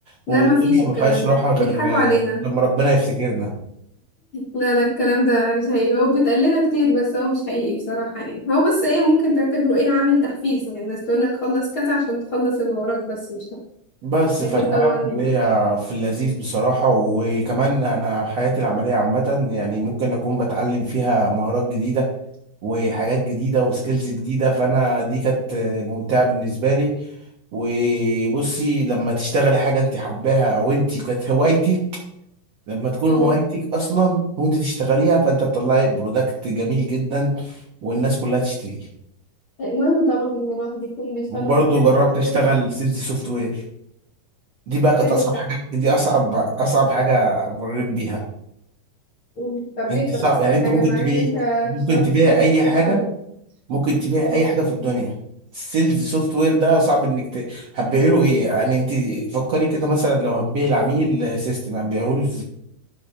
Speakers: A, on the right (about 60°); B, on the left (about 50°).
A: والدنيا
B: لا ما فيش
A: ما
B: الكلام
A: فيهاش راحة
B: ده
A: غير
B: بيضحكوا علينا
A: آه، لما ربنا يفتكرنا
B: لا لا الكلام ده مش حقيقي هو بيتقال لنا كتير بس هو مش حقيقي بصراحة يعني هو بس ايه ممكن تعتبره ايه عامل تحفيز يعني الناس تقول لك خلص كذا عشان تخلص اللي وراك بس مش ده
A: بس
B: لكن
A: فالحياة
B: طبعا
A: العملية في اللذيذ بصراحة وكمان أنا حياتي العملية عامة يعني ممكن أكون بتعلم فيها مهارات جديدة وحاجات جديدة وسكيلز جديدة فأنا دي كانت آه، ممتعة بالنسبة لي وبصي لما تشتغلي حاجة انت حباها او انت كانت هوايتك لما تكون
B: مم.
A: هوايتك اصلا وانت تشتغليها فانت تطلعي برودكت جميل جدا والناس كلها تشتريه
B: المهم طبعا ان الواحد يكون بيشتغل
A: وبرضه
B: في حاجة
A: جربت
B: هو
A: اشتغل
B: حاببها
A: سيلز سوفت وير دي بقى كانت
B: حلو
A: اصعب
B: ده
A: حاجه دي اصعب اصعب حاجه مريت بيها
B: مم. طب ليه
A: انت
B: كان
A: صعب
B: أصعب
A: يعني انت
B: حاجة
A: ممكن
B: مع
A: تبيعي
B: إن أنت
A: ممكن
B: اشتغلت
A: تبيعي
B: في حاجات
A: اي
B: كتير
A: حاجه
B: شبهه
A: ممكن تبيعي
B: مم.
A: اي حاجه في الدنيا السيلز سوفت وير ده صعب انك ت... هتبيعي له ايه يعني انت فكري كده مثلا لو هتبيعي العميل سيستم هتبيعه له